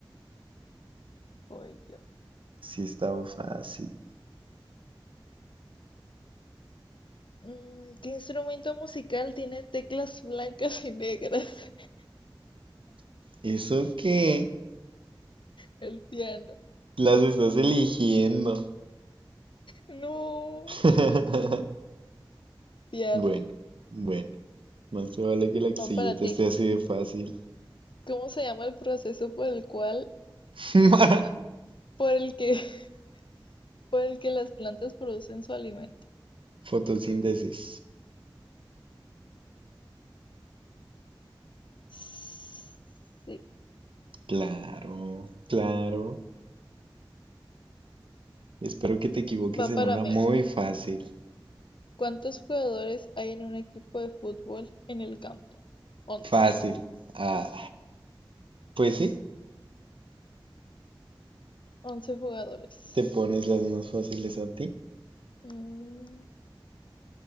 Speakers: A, on the left (about 70°); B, on the right (about 75°).
A: Voy yo.
B: Sí, estaba fácil.
A: Mm, ¿Qué instrumento musical tiene teclas blancas y negras? <laughs>
B: ¿Eso qué?
A: El piano.
B: Las estás eligiendo.
A: No,
B: <laughs>
A: piano.
B: Bueno, bueno. Más te vale que la siguiente
A: Va para ti.
B: esté así de fácil.
A: ¿Cómo se llama el proceso por el cual,
B: <laughs>
A: por el que, <laughs> por el que las plantas producen su alimento?
B: Fotosíntesis.
A: Sí,
B: Claro, claro. Espero que te equivoques
A: va
B: en
A: para
B: una
A: mí.
B: muy fácil.
A: ¿Cuántos jugadores hay en un equipo de fútbol en el campo? Once.
B: Fácil. Ah, pues sí,
A: Once jugadores.
B: te pones las más fáciles a ti.
A: Mm,